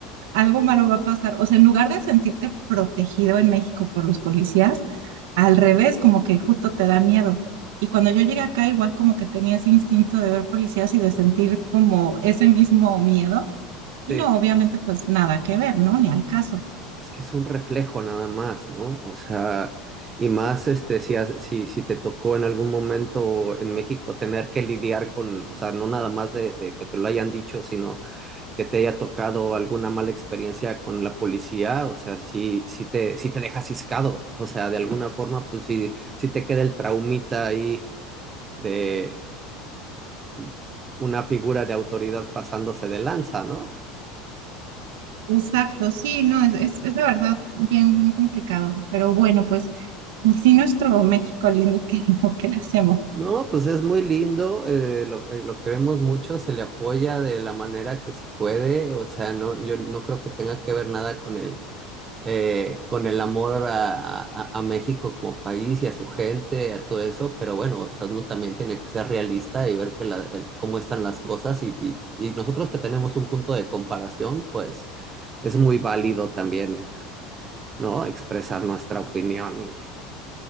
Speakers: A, on the right; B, on the right.
A: Algo malo va a pasar. O sea, en lugar de sentirte protegido en México por los policías, al revés, como que justo te da miedo. Y cuando yo llegué acá, igual como que tenía ese instinto de ver policías y de sentir como ese mismo miedo Y
B: Sí,
A: no, obviamente, pues nada que ver, ¿no? Ni al caso.
B: es que es un reflejo nada más, ¿no? O sea, y más este, si, has- si, si te tocó en algún momento en México tener que lidiar con, o sea, no nada más de, de que te lo hayan dicho, sino que te haya tocado alguna mala experiencia con la policía, o sea, si, si te, si te deja ciscado, o sea, de alguna forma, pues sí, si te queda el traumita ahí de, pues, una figura de autoridad pasándose de lanza, ¿no?
A: Exacto, sí, no, es, es, es de verdad bien, bien complicado. Pero bueno, pues sí, nuestro México lindo y querido, ¿qué le hacemos?
B: No, pues es muy lindo, eh, lo, eh, lo queremos mucho, se le apoya de la manera que se puede, o sea, no, yo no creo que tenga que ver nada con el, eh, con el amor a, a, a México como país y a su gente, a todo eso, pero bueno, o sea, uno también tiene que ser realista y ver que la- el- cómo están las cosas y, y- y nosotros que tenemos un punto de comparación, pues es muy válido también, ¿no? Expresar nuestra opinión y,